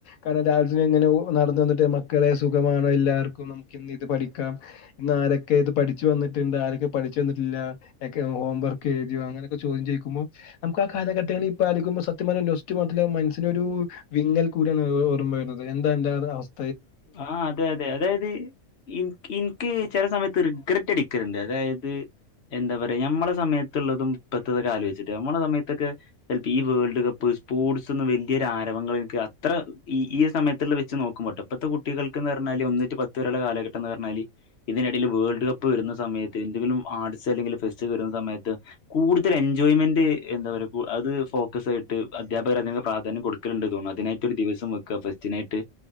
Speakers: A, on the left; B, on the left.
A: കാരണം രാവിലത്തി ഇങ്ങനെ നടന്ന് വന്നിട്ട് മക്കളെ സുഖമാണോ എല്ലാവർക്കും നമുക്ക് ഇന്ന് ഇത് പഠിക്കാം, ഇന്ന് ആരൊക്കെ ഇത് പഠിച്ചു വന്നിട്ടുണ്ട്, ആരൊക്കെ പഠിച്ചു വന്നിട്ടില്ല യെക്കെ ഹോം വർക്ക് എഴുതിയോ? അങ്ങനൊക്കെ ചോദ്യം ചോദിക്കുമ്പോ നമുക്ക് ആ കാലഘട്ടങ്ങളിൽ ഇപ്പ ആലോചിക്കുമ്പോ സത്യം പറഞ്ഞ നൊസ്റ്റു മാത്രല്ല മനസ്സിനൊരു വിങ്ങൽ കൂടിയാണ് ഓർമ്മ വരുന്നത്, എന്താ ഇൻ്റെത് അവസ്
B: ആ അതെ അതെ അതായത് ഇനിക്ക് ഇനിക്ക് ചില സമയത്ത് റിഗ്രെറ്റ് അടി ക്കലുണ്ട്, അതായത് എന്താ പറയാ, ഞമ്മളെ സമയത്തുള്ളതും ഇപ്പഴത്തതൊക്കെ ആലോചിച്ചിട്ട് നമ്മളെ സമയത്തൊക്കെ ചെലപ്പേ ഈ വേൾഡ് കപ്പ് സ്പോർട്സ് ഒന്നും വലിയൊരാരവങ്ങള് എനിക്ക് അത്ര ഈ ഈ സമയത്തുള്ള വെച്ച് നോക്കുമ്പട്ടോ ഇപ്പഴത്തെ കുട്ടികൾക്ക് എന്ന് പറഞ്ഞാല്, ഒന്ന്റ്റ് പത്ത് വരെയുള്ള കാലഘട്ടം എന്ന് പറഞ്ഞാല്, ഇതിനിടയിൽ വേൾഡ് കപ്പ് വരുന്ന സമയത്ത് എന്തെങ്കിലും ആർട്സ് അല്ലെങ്കിൽ ഫെസ്റ്റ് വരുന്ന സമയത്ത് കൂടുതൽ എൻജോയ്മെന്റ്, എന്താ പറയാ അത് ഫോക്കസ് ആയിട്ട് അധ്യാപകർ അല്ലെങ്കി പ്രാധാന്യം കൊടുക്കലുണ്ട് തോന്ന് അതിനായിട്ട് ഒരു ദിവസം വെക്കാ ഫെസ്റ്റിനായിട്ട്